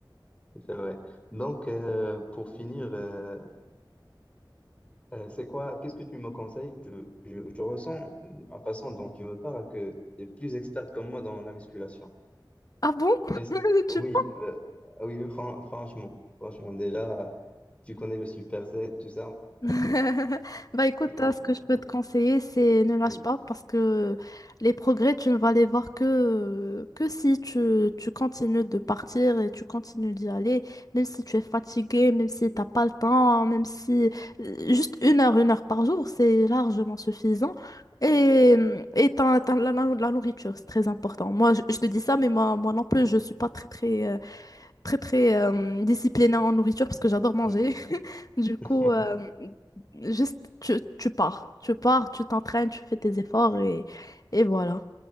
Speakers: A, on the left; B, on the left.
A: c'est vrai. Donc, euh, pour finir, euh, Euh, c'est quoi, qu'est-ce que tu me conseilles? Je, je, je ressens, euh, la façon dont tu me parles, que tu es plus experte que moi dans la musculation.
B: Ah bon? <laughs>
A: Est-ce- oui,
B: Tu
A: euh, oui, fran- franchement, franchement, déjà, tu connais le superset, tout ça.
B: <laughs> Bah écoute,
A: Euh, Franchement,
B: hein, ce que je peux
A: oui.
B: te conseiller, c'est ne lâche
A: oui.
B: pas parce que les progrès, tu ne vas les voir que, que si tu, tu continues de partir et tu continues d'y aller, même si tu es fatigué, même si t'as pas le temps, même si euh, juste une heure, une heure par jour, c'est largement suffisant. Et, hum, et t'as- t'as la, la- la nourriture, c'est très important. Moi, je, je te dis ça, mais moi, moi non plus, je suis pas très, très très très euh, disciplinée en nourriture parce que j'adore manger.
A: Mhm.
B: <laughs> Du coup,
A: <laughs>
B: euh, juste tu, tu pars, tu pars, tu t'entraînes, tu fais tes efforts et, et voilà.